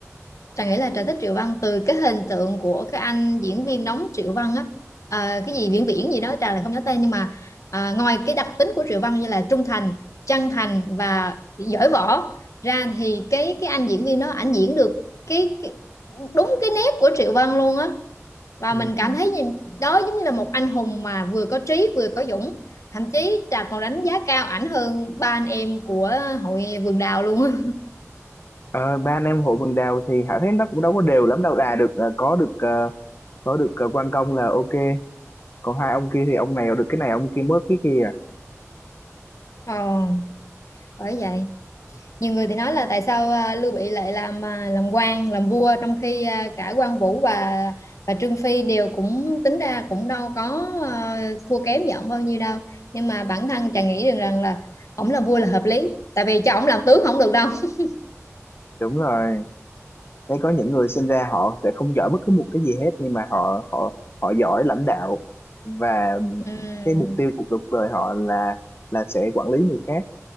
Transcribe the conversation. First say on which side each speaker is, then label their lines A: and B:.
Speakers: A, on the left; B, on the left.
A: Trà nghĩ là Trà thích Triệu Văn từ cái hình tượng của cái anh diễn viên đóng Triệu Văn á Ờ, cái gì Viễn Viễn gì đó Trà lại không nhớ tên nhưng mà à, ngoài cái đặc tính của Triệu Văn như là trung thành, chân thành và giỏi võ ra thì cái cái anh diễn viên đó ảnh diễn được cái, cái đúng cái nét của Triệu Văn luôn á và
B: ừ.
A: mình cảm thấy như, đó giống như là một anh hùng mà vừa có trí vừa có dũng thậm chí Trà còn đánh giá cao ảnh hơn ba anh em của hội Vườn Đào luôn á
B: Ờ, ba anh em hội vườn đào thì Hảo thấy nó cũng đâu có đều lắm đâu Đà được ờ, có được ờ, có được ờ, quan công là ok còn hai ông kia thì ông này được cái này ông kia mất cái kia à.
A: ờ bởi vậy nhiều người thì nói là tại sao à, Lưu Bị lại làm à, làm quan làm vua trong khi à, cả Quan Vũ và và Trương Phi đều cũng tính ra cũng đâu có à, thua kém gì ổng bao nhiêu đâu nhưng mà bản thân chàng nghĩ rằng rằng là ổng làm vua là hợp lý tại vì cho ổng làm tướng không được đâu <laughs>
B: đúng rồi thấy có những người sinh ra họ sẽ không giỏi bất cứ một cái gì hết nhưng mà họ họ họ giỏi lãnh đạo và
A: Ừm,
B: cái mục tiêu cuộc đời họ là là sẽ quản lý người khác